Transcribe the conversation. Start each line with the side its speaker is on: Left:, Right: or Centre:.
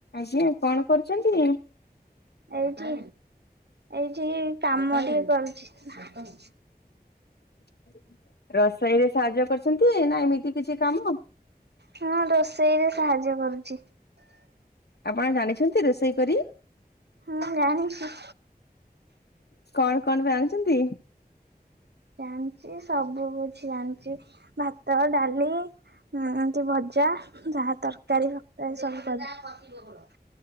Left: <unintelligible> କଣ କରୁଛନ୍ତି।
Right: ଏଇଠି ଏଇଠି କାମ ଟିକେ କରୁଛି
Left: <inaudible> ରୋଷେଇ ରେ ସାହାଯ୍ୟ କରୁଛନ୍ତି ନା ଏମିତି କିଛି କାମ
Right: ହଁ ରୋଷେଇରେ ସାହାଯ୍ୟ କରୁଛି।
Left: ଆପଣ ଜାଣିଛନ୍ତି ରୋଷେଇ କରି?
Right: ହଁ ଜାଣିଛି।
Left: ଆରେ କଣ କଣ ଜାଣିଛନ୍ତି।
Right: ଜାଣିଛି ସବୁ କିଛି ଜାଣିଛି ଭାତ ଡାଲି ହୁଁ ଏମତି ଭଜା ଯାହା ତରକାରୀ ଫରକାରୀ ସବୁ କରି